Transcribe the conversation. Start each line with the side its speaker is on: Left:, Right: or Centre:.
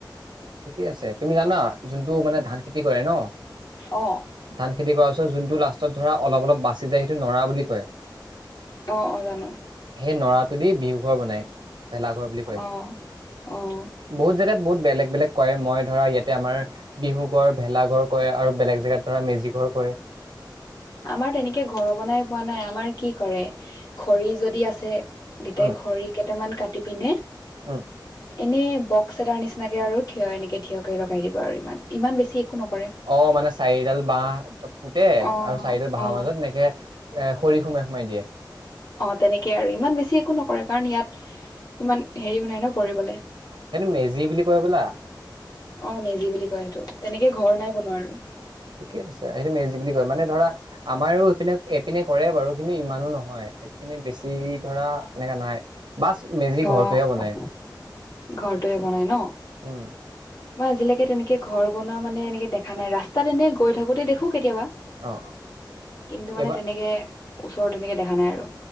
Right: ঠিকেই আছে, তুমি জানা যোনটো মানে ধান খেতি কৰে ন-
Left: অঁ'
Right: ধান খেতি কৰাৰ পিছত যোনটো লাষ্টত ধৰা অলপ অলপ বাচি যায় সেইটো নৰা বুলি কয়।
Left: অঁ অঁ জানো।
Right: সেই নৰাটোদি বিহু ঘৰ বনায় ভেলাঘৰ বুলি কয়।
Left: অ অ
Right: বহুত জেগাত বহুত বেলেগ বেলেগ কয়, মই ধৰা ইয়াতে আমাৰ বিহু ঘড় ভেলাঘৰ কয় আৰু বেলেগ জেগাত- ধৰা, মেজি ঘৰ কয়।
Left: আমাৰ তেনেকে ঘৰ বনাই পোৱা নাই আমাৰ কি কৰে খৰি যদি আছে- দেতাই
Right: উম
Left: খৰি কেইটামান কাটি পিনে-
Right: উম'
Left: এনেই বক্স এটাৰ নিচিনাকে আৰু থিয় এনেকে থিয়কে লগাই দিব আৰু ইমান ইমান বেছি একো নকৰে।
Right: অ মানে চাৰিডাল বাঁহ ত পোতে আৰু
Left: অ
Right: চাৰিডাল বাঁহৰ
Left: অ
Right: মাজত এনেকে- এ খৰি সোমাই সোমাই দিয়ে।
Left: অঁ তেনেকে আৰু ইমান বেছি একো নকৰে কাৰণ ইয়াত ইমান হেৰিও নাই ন কৰিবলে।
Right: সেইটো মেজি বুলি কয় হবলা
Left: অঁ মেজি বুলি কয় সেইটো তেনেকে ঘৰ নাই বনোৱা আৰু।
Right: ঠিকেই আছে, সেইটো মেজি বুলি কয় মানে ধৰা আমাৰো এইপিনে এইপিনে কৰে বাৰু কিন্তু ইমানো নহয়। এই পিনে বেছি ধৰা, এনেকে নাই। বাছ মেজি
Left: অঁ
Right: ঘৰটোহে বনাই
Left: ঘৰটোহে বনাই ন।
Right: উম
Left: মই আজিলেকে তেনেকে ঘৰ বনোৱা মানে এনেকে দেখা নাই ৰাস্তাত এনেই গৈ থাকোতে দেখো কেতিয়াবা।
Right: অ
Left: কিন্তু, মানে
Right: এইবাৰ
Left: তেনেকে ওচৰত তেনেকে দেখা নাই আৰু।